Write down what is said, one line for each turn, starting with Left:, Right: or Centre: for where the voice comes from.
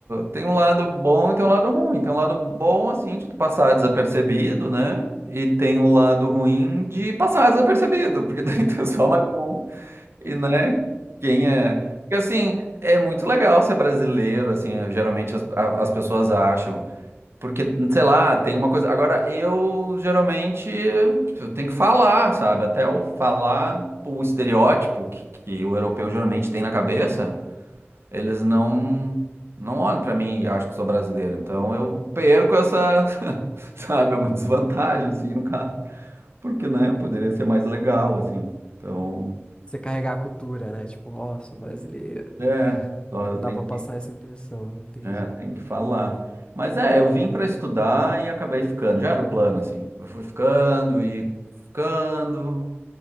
Right: tem um lado bom e tem um lado ruim. Tem um lado bom, assim, de tu passar desapercebido, né? E tem o lado ruim de passar desapercebido, porque <laughs> tem só mais um. E, né, quem é. Porque, assim, é muito legal ser brasileiro, assim, eh, geralmente as, a- as pessoas acham. Porque, sei lá, tem uma coisa. Agora, eu geralmente eu tenho que falar, sabe? Até eu falar o estereótipo que, que o europeu geralmente tem na cabeça, eles não. Não olham pra mim e acham que sou brasileiro. Então eu perco essa, <laughs> sabe, é uma desvantagem, assim, no caso. Porque, né, poderia ser mais legal, assim. Então,
Left: Você carregar a cultura, né? Tipo, ó, sou brasileiro.
Right: é. Só
Left: Aí
Right: eu
Left: não
Right: tenho
Left: dá pra passar essa impressão, entendi.
Right: É, tem que falar. Mas é, eu vim para estudar e acabei ficando. Já era o plano, assim. Eu fui ficando e ficando.